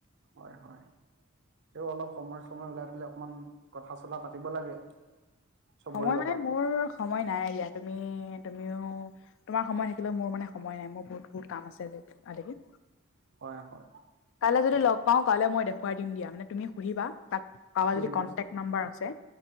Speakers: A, on the right (about 55°); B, on the left (about 60°).
A: হয়, হয়। তেওঁ অলপ সময়, চময় ওলাই পেলাই অকমান কথা-চথা পাতিব লাগে। চবৰে
B: সময়
A: লগত
B: মানে, মোৰ সময় নাই এয়া তুমি, তুমিও তোমাৰ সময় থাকিলেও, মোৰ মানে সময় নাই, মোৰ বহুত, বহুত, কাম আছে আজি
A: হয়, হয়।
B: কাইলৈ যদি লগ পাওঁ, কাইলৈ মই দেখুৱাই দিম দিয়া, মানে তুমি সুধিবা তাক কাৰাব
A: ঠিক
B: যদি, কন্টেকঢ
A: আছে
B: নাম্বাৰ আছে,